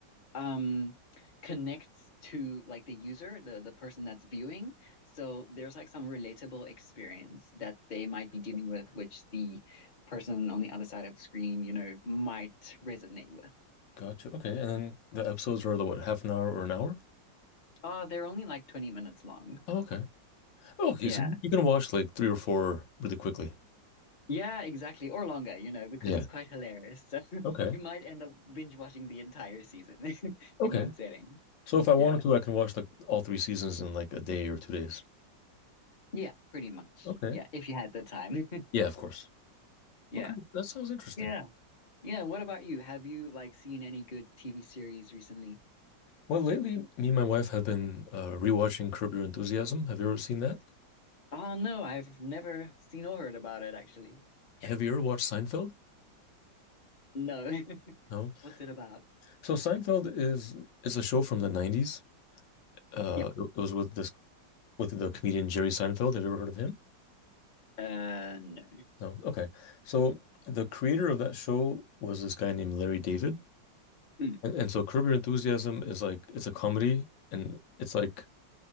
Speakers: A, on the left; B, on the left.
A: um connects to like the user the the person that's viewing so there's like some relatable experience that they might be dealing with which the person on the other side of the screen you know might resonate with
B: Gotcha. Okay. And then the episodes are the what, half an hour or an hour?
A: oh they're only like 20 minutes long
B: Oh, okay. Oh, okay.
A: yeah
B: So you can watch like three or four really quickly.
A: yeah exactly or longer you know because
B: Yeah.
A: it's quite hilarious <laughs> so
B: Okay.
A: you might end up binge watching the entire season <laughs> in
B: Okay.
A: one setting
B: So if I wanted
A: yeah
B: to, I can watch like all three seasons in like a day or two days.
A: yeah pretty much
B: Okay.
A: yeah if you had the time
B: Yeah, of course.
A: <laughs> yeah
B: Okay. That sounds interesting.
A: yeah Yeah, what about you? Have you like seen any good TV series recently?
B: Well, lately, me and my wife have been uh rewatching Curb Your Enthusiasm. Have you ever seen that?
A: Oh no, I've never seen or heard about it actually.
B: Have you ever watched Seinfeld?
A: No. <laughs>
B: No.
A: What's it about?
B: So Seinfeld is is a show from the 90s. Uh,
A: Yeah.
B: it it was with this with the comedian Jerry Seinfeld. Have you ever heard of him?
A: Uh no.
B: No. Okay. So the creator of that show was this guy named Larry David.
A: Mm,
B: And, and so Curb Your Enthusiasm is like it's a comedy and it's like